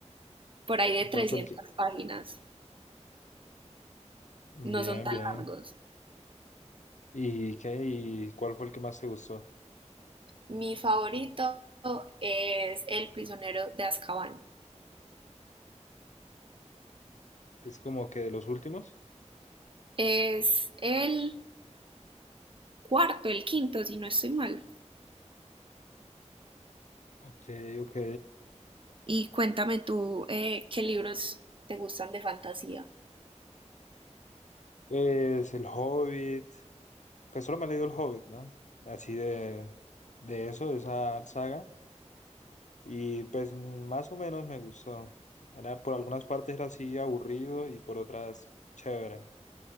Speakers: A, on the right; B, on the left.
A: por ahí de 300
B: cuál fue el que...?
A: páginas, no
B: Bien,
A: son tan
B: bien.
A: largos.
B: ¿Y qué? ¿Y cuál fue el que más te gustó?
A: Mi favorito es El prisionero de Azkaban.
B: ¿Es como que de los últimos?
A: Es el cuarto, el quinto, si no estoy mal.
B: Ok, ok.
A: Y cuéntame tú eh, qué libros te gustan de fantasía
B: Es El Hobbit, pues solo me he leído El Hobbit, ¿no? Así de, de eso, de esa saga. Y pues más o menos me gustó. Era, por algunas partes era así aburrido y por otras chévere.